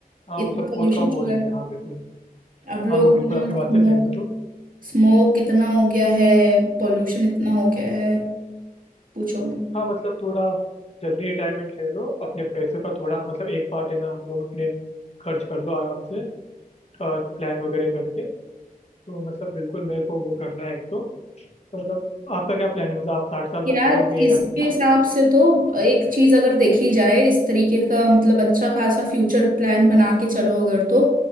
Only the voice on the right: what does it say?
इतना
पॉल्यूशन
जो
है
अब लोग
इतना
स्मोक
स्मोक इतना हो गया है पॉल्यूशन इतना हो गया है पूछो
यार
इसके
हिसाब से तो एक चीज अगर देखी जाए इस तरीके का मतलब अच्छा खासा फ्यूचर प्लान बना के चलो अगर तो